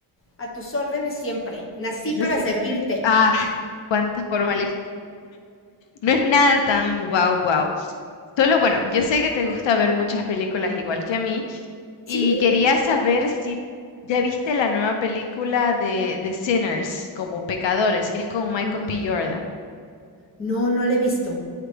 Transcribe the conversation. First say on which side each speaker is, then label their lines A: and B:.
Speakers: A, on the left; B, on the left.
A: a tus órdenes siempre. Nací
B: des-
A: para
B: eh,
A: servirte.
B: ah, cuánta formalidad. No es nada tan guau guau, Solo, bueno, yo sé que te gusta ver muchas películas igual que a mí y
A: Sí.
B: quería saber si ya viste la nueva película de, de Sinners, como Pecadores, que es con Michael
A: No,
B: B. Jordan.
A: no, no la he visto.